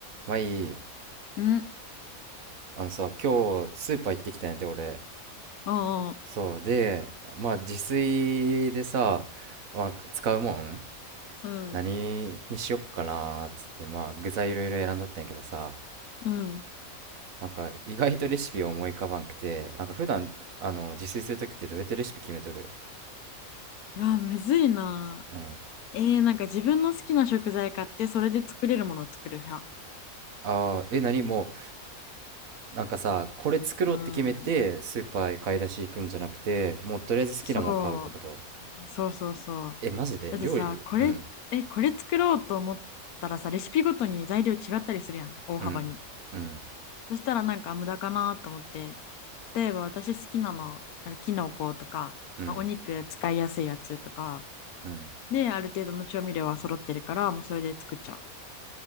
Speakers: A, on the right; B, on the left.
A: まあいい。
B: ん
A: あのさ、今日スーパー行ってきたんやて、俺。
B: おう
A: そう。で、まあ自炊でさ、まあ使うもん
B: うん。
A: 何にしよっかなーっつって、まあ具材いろいろ選んどったんやけどさ、
B: うん。
A: なんか意外とレシピ思い浮かばんくて、なんか普段、あの、自炊するときってどうやってレシピ決めとる
B: うわ、むずいな。
A: うん。
B: えー、なんか自分の好きな食材買って、それで作れるものを作る派。
A: ああ、え、何もう、なんかさ、これ作ろうって決めて、
B: うん。
A: スーパーへ買い出し行くんじゃなくて、もうとりあえず好きなもん買うってこと
B: そう。そうそうそう。
A: え、マジで料理うん、
B: だってさ、これ、え、これ作ろうと思ったらさ、レシピごとに材料違ったりするやん、大幅に。
A: うん、うん、
B: そしたらなんか無駄かなと思って、例えば私好きなの、なんかキノコとか、
A: うん、
B: まあ、お肉使いやすいやつとか、
A: うん。
B: で、ある程度の調味料は揃ってるから、もうそれで作っちゃう。